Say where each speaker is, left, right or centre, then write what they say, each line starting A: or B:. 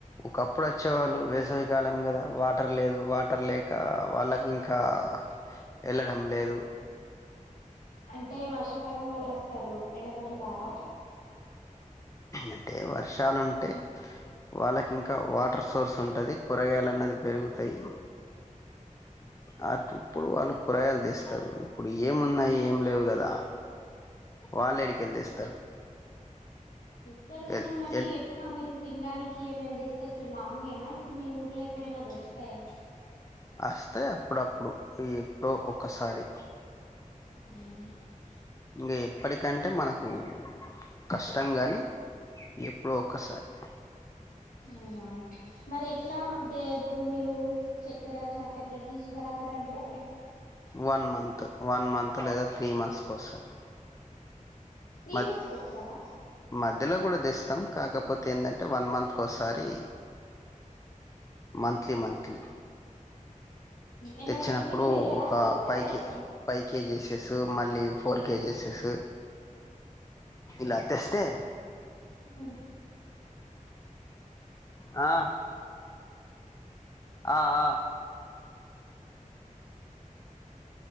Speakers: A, on the left; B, on the left.
A: ఒకప్పుడు వచ్చేవాళ్ళు వేసవికాలం గదా వాటర్ లేదు వాటర్ లేక వాళ్ళకి ఇంకా వెళ్ళడం లేదు
B: అంటే వర్షాకాలం వాళ్ళ వస్తారు. ఎండాకాలం రరా
A: అంటే వర్షాలుంటే వాళ్ళకి ఇంకా వాటర్ సోర్స్ ఉంటుంది కూరగాయలు అన్నది పెరుగుతాయి అ ఇప్పుడు వాళ్ళు కూరగాయలు తీస్తారు ఇప్పుడు ఏమున్నాయి ఏం లేవు కదా వాళ్ళ యాడికి వెళ్లి తెస్తారు
B: చేస్తారు గాని
A: ఎల్
B: మరి
A: ఎల్
B: ఎట్ మీరు తినడానికి ఏమైనా తీసుకొచ్చ లాంగేనా లేక మీ ఊర్లో ఎక్కడైనా దొరుకుతాయా
A: వస్తే అప్పుడప్పుడు ఎప్పుడో ఒకసారి
B: అవు
A: ఇంకా ఎప్పటికంటే మనకు కష్టం కానీ ఎప్పుడో ఒక్కసారి
B: అవునా మరి ఎట్లాంటే ఇప్పుడు మీరు చక్కెర చాపత్త తీసుకోరా అక్కడ తాటే
A: వన్ మంత్ వన్ మంత్ లేదా త్రీ మంత్స్ కి ఒకసారి
B: త్రీ
A: మ
B: మంత్స్ కి ఒకసారా
A: మధ్యలో కూడా తెస్తాం కాకపోతే ఏంటంటే వన్ మంత్ కోసారి మంత్లీ మంత్లీ
B: ఏమైనా
A: తెచ్చినప్పుడు
B: టిఫిన్ చెయ్యారా
A: ఒక
B: చేస్తారా
A: పైక
B: ఎప్పుడైనా
A: పై కేజీసే సిక్స మళ్ళీ ఫోర్ కిగిస్ ఇలా తెస్తే
B: ఓ
A: ఆ ఆ ఆ